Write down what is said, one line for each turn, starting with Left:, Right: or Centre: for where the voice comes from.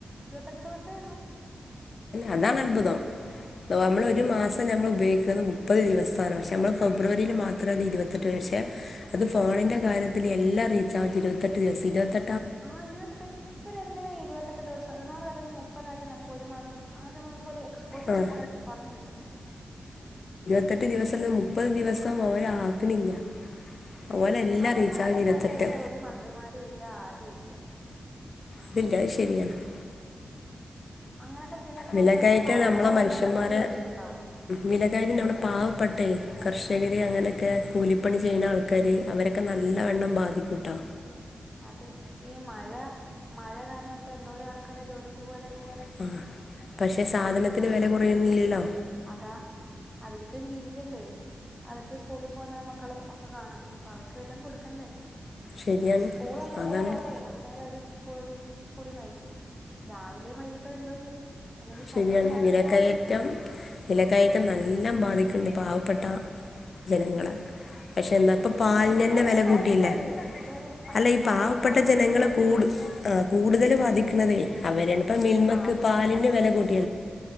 Centre: ഇരുപത്തെട്ട് ദിവസേ-
Left: അതാണ് അത്ഭുതം നമ്മള് ഒരു മാസം നമ്മൾ ഉപയോഗിക്കുന്നത് മുപ്പത് ദിവസവാണ് പക്ഷെ നമ്മള് ഫെബ്രുവരിയിൽ മാത്ര അത് ഇരുപത്തെട്ട് പക്ഷെ അത് ഫോണിന്റെ കാര്യത്തിൽ എല്ലാം റീചാർജും ഇരുപത്തെട്ട് ദിവസ ഇരുപത്തെ
Centre: ആഹ് ഇരുപത്തെട്ട് ഇവരെന്തിനാ ഈ ഇരുപത്തെട്ട് ദിവസം <unintelligible> മുപ്പതാക്ക നമക്ക് ഒരു മാസം അങ്ങനെ നമുക്ക് ഒര് ഒരു
Left: ആഹ്
Centre: റീചാർജ് കൊറഞ്ഞു കിട്ടത്തില്ലേ
Left: പത്തെട്ട് ദിവസം അല്ല മുപ്പത് ദിവസം ഓരാക്കണില്ല ഓലെല്ലാം
Centre: അതൊന്നും
Left: റീചാർജ്
Centre: ശരിയാക്കാൻ
Left: ഇരുപത്തെട്ട്
Centre: ഇവിടെ ഒരു മന്ത്രിമാരും ഇല്ല ആരും - ല്ല
Left: അതില്ലായി ശരിയാണ് <inaudible>
Centre: അങ്ങനെയൊക്കെ ചെയ്ത് കഴിഞ്ഞാൽ
Left: വിലകയറ്റാ
Centre: ഒന്നുമില്ലെങ്കിൽ പാവപ്പെട്ടവർക്ക്
Left: നമ്മളെ മനുഷ്യന്മാരെ
Centre: അത് നല്ല യൂസ്ഫുൾ ആവും
Left: വിലകയറ്റ് നമ്മുടെ പാവപ്പെെട്ടേ <inaudible> കർഷകര് അങ്ങനെയൊക്കെ കൂലിപ്പണി ചെയ്യുന്ന ആൾക്കാാര് അവരൊക്കെ നല്ലവണ്ണം ബാധിക്കൂട്ടാ
Centre: അതെ ഈ മഴ മഴ കാരണം ഇപ്പ എന്തോര ആൾക്കാരെ ജോലി ഇപ്പോോെ
Left: ആ പക്ഷെ സാധനത്തിന് വേില പ്രേമ ഇല്ലോ
Centre: അതാ അവരിക്കും ജീവിക്കണ്ടേ അവർക്ക് സ്കൂള പോകുന്ന മക്കളും ഒക്കെ കാണും അപ്പോൾ അവർക്ക് വല്ലം കൊടുക്കണ്ടേ
Left: ശരിയാണ്
Centre: സ്കൂൾ ഉള്ള
Left: അതാണ്
Centre: ദിവസം ഒക്കെ ഒരു നേരം അവര് സ്കൂളിൽ ആയിക്കും രാവിലെയും വൈകിട്ടോ എന്തോ ചെയ്യും അല്ലെങ്കിൽ ശനി
Left: ശരിയാണ്
Centre: ഞായർ
Left: വിലക്കയറ്റം
Centre: എന്തോ ചെയ്യും
Left: വിലക്കയറ്റം നല്ല ബാധിക്കണ്ട് പാവപ്പെട്ട ജനങ്ങള്െ പക്ഷെ എന്നാ
Centre: എനിക്ക്
Left: ഇപ്പ പാലിിന
Centre: തോന്നുന്നു എല്ലാവരെയും
Left: തന്നെ വില
Centre: ബാധിക്കുന്നുണ്ട്
Left: കൂട്ടിയില്ലേ
Centre: എല്ലാവരെയും പണ്ട്
Left: അല്ല ഈ
Centre: പാവപ്പെട്ടവരെ
Left: പാവപ്പെട്ട
Centre: മാത്രം
Left: ജനങ്ങള
Centre: ഇപ്പം എല്ലാവരും
Left: കൂ ആ കൂടുതൽ ബാധിക്കണതേ അവരാണ്ിപ്പ മിൽമക്ക് പാലിന്റെ വില കൂട്ടി